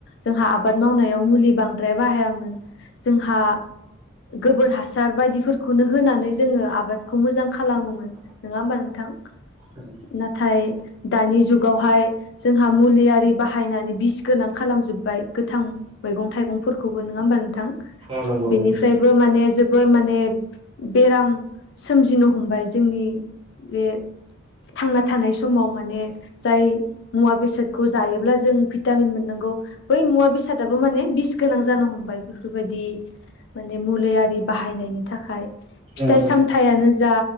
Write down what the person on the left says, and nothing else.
जोंहा आबाद मावनायाव मुलि बांद्राय बाहायामोन जोंहा गोबोर हासार बायदिफोरखौनो होनानै जोङो आबादखौ मोजां खालामोमोन नोङा होमबा नोंथां
नाथाय दानि जुगावहाय जोंहा मुलियारि बाहायनानै बिस गोनां खालामजोब्बाय गोथां मैगं थाइगंफोरखौबो नङा होमबा नोंथां
बेनिफ्राय बो माने जोबोर माने बेराम सोमजिनो हमबाय जोंनि बे थांना थानाय समाव माने जाय मुवा बेसादखौ जायोब्ला जों भिटामिन मोननांगौ बै मुवा बेसादाबो माने बिस गोनां जानो हमबाय बेफोरबायदि माने मुलिआरि बाहायनायनि थाखाय फिथाइ
सामथायाइयानो जा